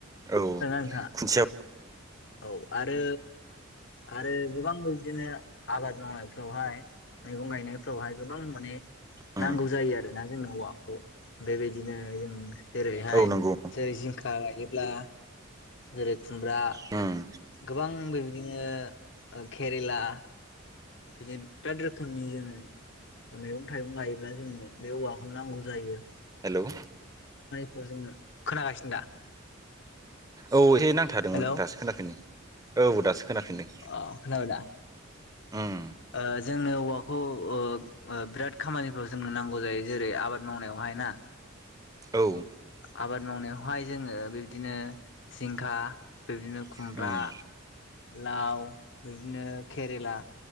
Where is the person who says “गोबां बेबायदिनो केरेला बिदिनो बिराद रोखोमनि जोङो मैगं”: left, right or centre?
Left